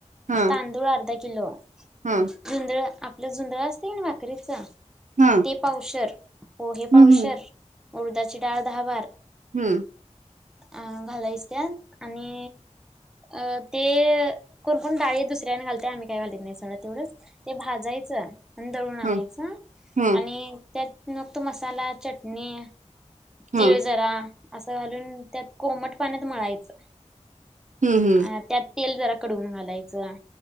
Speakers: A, on the right; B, in the centre.
A: हा
B: तांदूळ अर्धा किलो.
A: हा
B: झुंधळ, आपलं झुंधळ असतय कणी भाकरीच ते
A: हा
B: पावशेर. पोहे
A: हम्म
B: पावशर,
A: हम्म
B: उडदाची डाळ दहा बार.
A: हम्म म.
B: अ घालायच त्यात आणि
A: हम्म.
B: अ ते कोण-कोण डाळी दुसऱ्यान घालते. आम्ही काय घालत नाही सगळं तेवढंच ते भाजायचं. आणि दळून
A: हम्म
B: आणायच.
A: हम्म
B: आणि त्यात मग तो मसाला, चटणी.
A: हम्म
B: तीळ जरा असं घालून त्यात कोमट पाण्यात मळायचं.
A: हम्म
B: अ त्यात तेल जरा कडवून घालायचं.